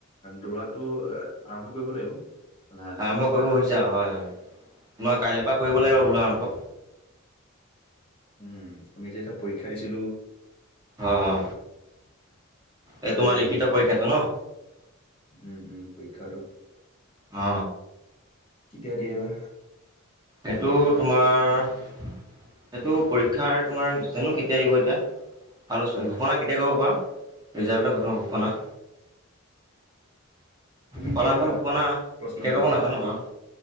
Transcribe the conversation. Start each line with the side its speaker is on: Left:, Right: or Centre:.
Left: দৌৰাটো আৰম্ভ কৰিব লাগিব। লাহে লাহে
Right: আৰম্ভ কৰিব হৈছে আৰু হয় হয় তোমাৰ কাইলৈ পৰা কৰিব লাগিব বোলো আৰম্ভ।
Left: উম আমি যে এটা পৰীক্ষা দিছিলো।
Right: অ অ
Left: তাৰে
Right: এই তোমাৰ লিখিত
Left: এয়া
Right: পৰীক্ষাটো ন।
Left: উম উম পৰীক্ষাটো।
Right: অ
Left: কেতিয়া দিয়ে বা।
Right: এইটো তোমাৰ সেইটো পৰীক্ষা তোমাৰ জানো কেতিয়া দিব এতিয়া। আলোচনা ঘোষণা কেতিয়া কৰিব পাৰা ৰিজাল্টৰ ঘোষণা।
Left: <unintelligible>
Right: ফলাফল
Left: কেইটা
Right: ঘোষণা
Left: প্ৰশ্ন
Right: কেতিয়া
Left: কৰিছিলা
Right: কব নাজানো বাৰু